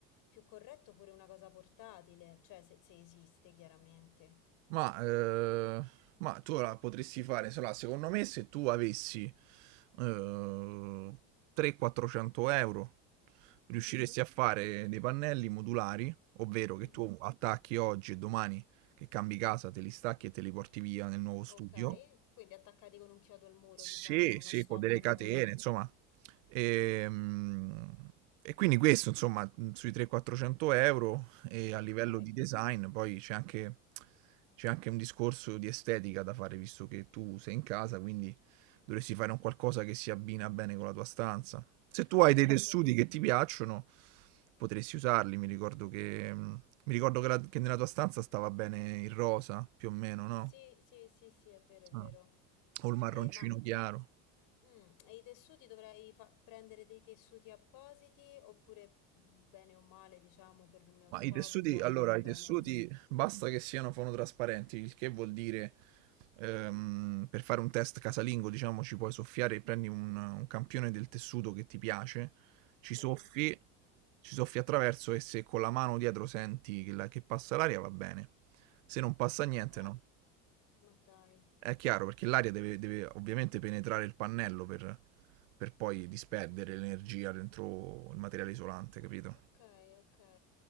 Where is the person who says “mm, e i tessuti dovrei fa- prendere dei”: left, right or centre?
Left